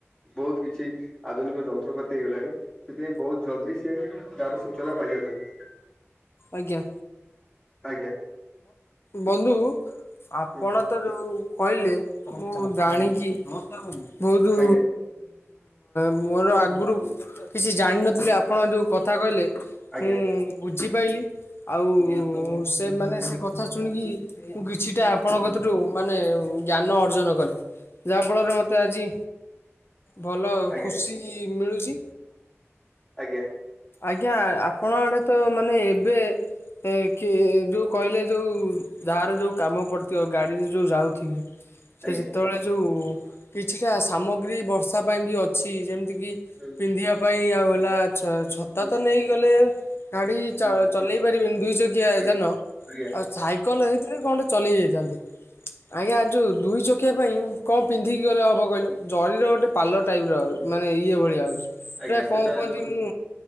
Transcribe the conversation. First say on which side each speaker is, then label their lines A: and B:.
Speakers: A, on the left (about 15°); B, on the left (about 55°).
A: ବହୁତ କିଛି ଆଧୁନିକ ଯନ୍ତ୍ରପାତି ହେଇଗଲାଣି ସେଥିପାଇଁ ବହୁତ ଜଲ୍ଦି ସିଏ ତାର ସୂଚନା ପାଇଯାଉଛନ୍ତି।
B: ଆଜ୍ଞା।
A: ଆଜ୍ଞା।
B: ବନ୍ଧୁ ଆପଣ
A: ହୁଁ
B: ତ ଯୋଉ କହିଲେ ମୁଁ ଜାଣିଛି ବହୁତ
A: ଆଜ୍ଞା
B: ମୋର ଆଗରୁ କିଛି ଜାଣିନଥିଲେ ଆପଣ ଯୋଉ କଥା କହିଲେ
A: ଆଜ୍ଞା
B: ମୁଁ ବୁଝିପାଇଲି। ଆଉ ସେମାନେ ସେ କଥା ଶୁଣିକି ମୁଁ କିଛିଟା ଆପଣଙ୍କ କତୀରୁ ମାନେ ଜ୍ଞାନ ଅର୍ଜନ କଲି। ଯାହା ଫଳରେ ମତେ ଆଜି ଭଲ
A: ଆଜ୍ଞା
B: ଖୁସି ମିଳୁଛି।
A: ଆଜ୍ଞା
B: ଆଜ୍ଞା ଆପଣ ଆଡେ ତ ମାନେ ଏବେ କି ଯୋଉ କହିଲେ ଯୋଉ ଯାହାର ଯେଉଁ କାମ ପଡ଼ିଥିବ ଗାଡ଼ିରେ ଯେଉଁ ଯାଉଥିବେ ସେ
A: ଆଜ୍ଞା
B: ଯେତେବେଳେ ଯୋଉ କିଛିଟା ସାମଗ୍ରୀ ବର୍ଷା ପାଇଁ ବି ଅଛି ଯେମିତି କି
A: ହୁଁ
B: ପିନ୍ଧିବା ପାଇଁ ଆଉ ହେଲା ଆଛ ଛତା
A: ହୁଁ
B: ତ ନେଇଗଲେ ଗାଡି
A: ହୁଁ
B: ଚଲେଇ ପାରିବେନି ଦୁଇ ଚକିଆ
A: ଆଜ୍ଞା
B: ଜାନ।
A: ଆଜ୍ଞା।
B: ସାଇକେଲ ହେଇଥିଲେ କଣ ଗୋଟେ ଚଲେଇ ଯାଇଥାନ୍ତେ ଆଜ୍ଞା ଯୋଉ ଦୁଇ ଚକ ଶଖିବା ପାଇଁ କଣ ପିନ୍ଧିକି ଗଲେ ହବ କହିଲ ଜରିର ଗୋଟେ ପାଲ ଟାଇପର ଉ ମାନେ ଇଏ ଭଳିଆ ଆଉଛି।
A: ଆଜ୍ଞା
B: ପୁରା
A: ସେଟା
B: କଣ କୁହନ୍ତି
A: ଯୋଉ
B: ମୁଁ